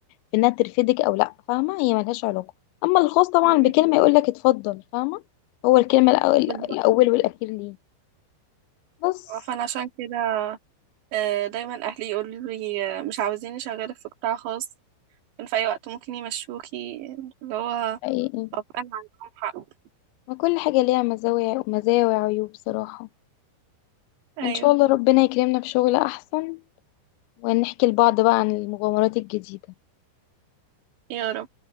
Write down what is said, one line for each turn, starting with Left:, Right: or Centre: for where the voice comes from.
Left: في انها ترفدك او لا فاهمه هي ملهاش علاقه اما الخاص طبعا
Right: مم.
Left: بكلمه يقول لك اتفضل فاهمه هو الكلمه الأول, الاول
Right: بالظبط
Left: والاخير ليه بس
Right: فانا عشان كده آه، دايما اهلي يقولوا لي آه، مش عاوزين اشغلك في قطاع خاص إن في اي وقت ممكن يمشوكي اللي هو
Left: حقيقي
Right: أبقى أنا عندهم حق
Left: ما كل حاجه ليها مزايا مزايا وعيوب بصراحه
Right: ايوه
Left: ان شاء الله ربنا يكرمنا بشغل احسن ونحكي لبعض بقى عن المغامرات الجديده
Right: يا رب